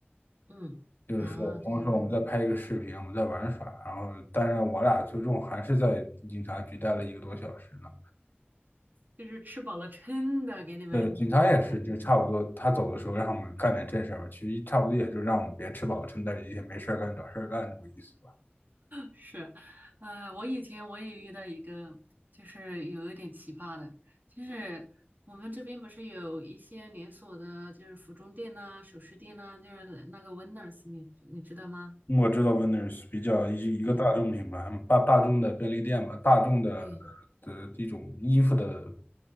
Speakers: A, on the right; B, on the left.
A: 嗯，
B: 就是说，
A: 啊，
B: 我朋友说我们在拍一个视频，
A: 嗯这样子
B: 我们在玩耍，然后当然我俩最终还是在警察局待了一个多小时呢。
A: 就是吃饱了撑的给你们。
B: 对，警察也是，
A: <laughs>
B: 就差不多他走的时候让我们干点正事儿吧，其实差不多也就让我们别吃饱撑的，也没事儿干找事儿干这么个意思。吧。
A: 是，呃，我以前我也遇到一个，就是有一点奇葩的，就是我们这边不是有一些连锁的，就是服装店呐、首饰店呐、就是那个 Winners，你你知道吗？
B: 我知道 Winners 比较一一个大众品牌嘛，
A: 对
B: 大大众的便利店嘛，大众的
A: 对
B: 呃的一种衣服的